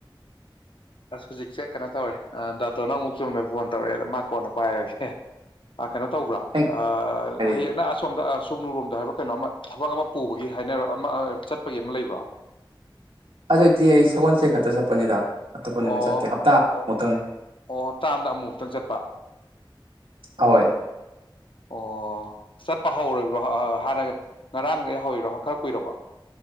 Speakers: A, on the left; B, on the right.
A: ꯑꯁ ꯍꯧꯖꯤꯛꯁꯦ ꯀꯅꯣ ꯇꯧꯔꯦ ꯑꯥ ꯗꯥꯇꯣꯅ ꯑꯃꯨꯛ ꯆꯨꯝꯅꯩ ꯐꯣꯟ ꯇꯧꯔꯛꯑꯦꯗꯣ ꯃꯥ ꯀꯣꯟꯅ ꯄꯥꯏꯔꯒꯦ ꯃꯥ ꯀꯩꯅꯣ ꯇꯧꯕ꯭ꯔꯥ
B: ꯑꯩ
A: ꯑꯥ
B: ꯍꯥꯏꯔꯤ
A: ꯍꯌꯦꯡ ꯑꯁꯣꯝꯗ ꯑꯥ ꯁꯨꯡꯅꯨꯔꯣꯝꯗ ꯍꯥꯏꯕ ꯀꯩꯅꯣ ꯑꯃ ꯊꯕꯛ ꯑꯃ ꯄꯨꯕꯒꯤ ꯍꯥꯏꯅꯔ ꯑꯃ ꯆꯠꯄꯒꯤ ꯑꯃ ꯂꯩꯕ꯭ꯔꯣ
B: ꯑꯗꯨꯏꯗꯤ ꯑꯩ ꯁꯒꯣꯟꯁꯦꯟ ꯈꯛꯇ ꯆꯠꯄꯅꯤꯗ ꯑꯇꯣꯞꯄ ꯅꯨꯃꯤꯠ
A: ꯑꯣ
B: ꯆꯠꯇꯦ ꯍꯞꯇꯥꯃꯨꯛꯇꯪꯅꯤ
A: ꯑꯣ ꯑꯣ ꯍꯞꯇꯥ ꯑꯃꯨꯛ ꯃꯨꯛꯇꯪ ꯆꯠꯄ
B: ꯑꯌꯣꯏ
A: ꯑꯣ ꯆꯠꯄ ꯍꯧꯔꯤꯕ꯭ꯔꯣ ꯍꯥꯟꯅ ꯉꯔꯥꯡꯗꯩ ꯍꯧꯌꯤꯔꯣ ꯈꯔ ꯀꯨꯏꯔꯕꯣ